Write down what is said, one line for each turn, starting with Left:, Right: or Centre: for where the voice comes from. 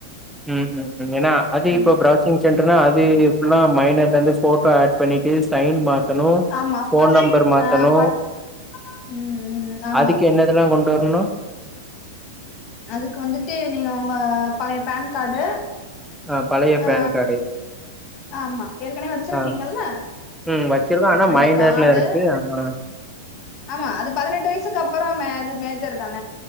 Centre: ம் ம் ம் ஏனா அது
Left: ம்
Centre: இப்ப ஃப்ராச ப்ரௌசிங் சென்டர்னா அது ஃபுல்லா மைனர்லந்து போட்டோ ஆட் பண்ணிட்டு சைன் வா ங்கனு
Left: ஆமா
Centre: போன்
Left: ஃபஸ்ட்
Centre: நம்பர் மாத்தணு
Left: ஆ ஃபஸ்ட் ம் ம் ஆமா
Centre: அதுக்கு என்னதல்லா கொண் ன்னு
Left: அதுக்கு வந்துட்டு நீங்க உங்க பழைய பேன் கார்டு
Centre: ஆ பழைய பேன்
Left: ஆ
Centre: கார்டு
Left: ஆமா ஏற்கனவே வச்சிருக்கீங்கல்ல
Centre: ஆ ம் வச்சிருக்கோ ஆனா
Left: அந்த
Centre: மைனர்ல
Left: கார்டு
Centre: இருக்கு ஆமா
Left: ஆமா அது பதினெட்டு வயசுக்கு அப்புற மே அது மேஜர் தான